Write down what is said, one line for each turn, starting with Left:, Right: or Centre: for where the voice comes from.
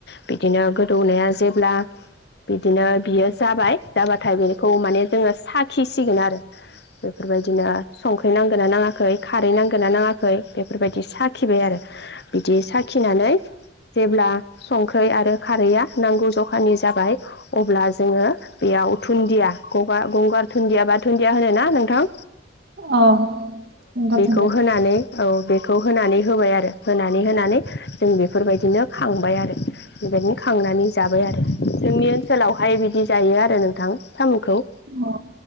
Left: बिदिनो गोदौनाया जेब्ला बिदिनो बियो जाबाय जाबाथाय बेखौ माने जोङो साखिसिगोन आरो बेफोरबायदिनो संख्रि नांगोनना नाङाखै खारै नांगोन ना नाङाखै बेफोरबायदि साखिबाय आरो बिदि साखिनानै जेब्ला संख्रै आरो खारैया नांगौ जखानि जाबाय अब्ला जोङो बेयाव दुन्दिया गगा गंगार दुन्दिया बा दुन्दिया होनो ना नोंथां
Right: अ गंगार दुनदि
Left: खौ होना नै औ बेखौ होनानै होबाय आरो होनानै होनानै जों बेफोरबायदिनो खांबाय आरो बेबायदिनो खांनानै जाबाय आरो जोंनि ओनसोलावहाय बिदि जायो आरो नोंथां सामखौ
Right: अ